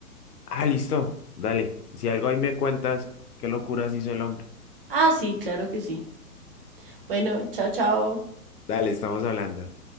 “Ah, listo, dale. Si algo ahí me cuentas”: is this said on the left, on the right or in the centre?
Left